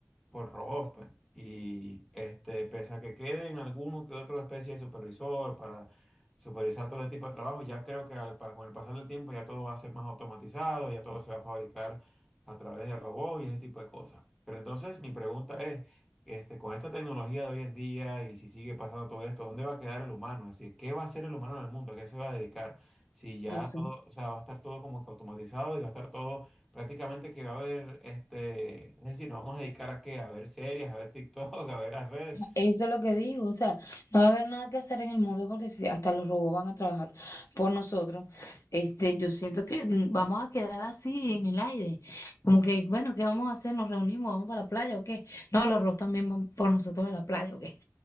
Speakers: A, in the centre; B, on the left.
A: por robots, pues. Y este, pese a que queden alguno que otro especie de supervisor para supervisar todo ese tipo de trabajo, ya creo que al pa- con el pasar del tiempo ya todo va a ser más automatizado, ya todo se va a fabricar a través de robots y ese tipo de cosas. Pero entonces mi pregunta es, este, con esta tecnología de hoy en día y si sigue pasando todo esto, ¿dónde va a quedar el humano? Es decir, ¿qué va a hacer el humano en el mundo? ¿A qué se va a dedicar? Si ya
B: Eso.
A: todo, o sea, va a estar todo como que automatizado y va a estar todo Prácticamente que va a haber, este, es decir, nos vamos a dedicar a qué, a ver series, a ver TikTok, <laughs> a ver las redes.
B: Eso es lo que digo, o sea, no va a haber nada que hacer en el mundo porque si hasta los robots van a trabajar por nosotros, este, yo siento que mm, vamos a quedar así en el aire, como que, bueno, ¿qué vamos a hacer? ¿Nos reunimos? ¿Vamos para la playa o qué? No, los robots también van por nosotros a la playa o qué.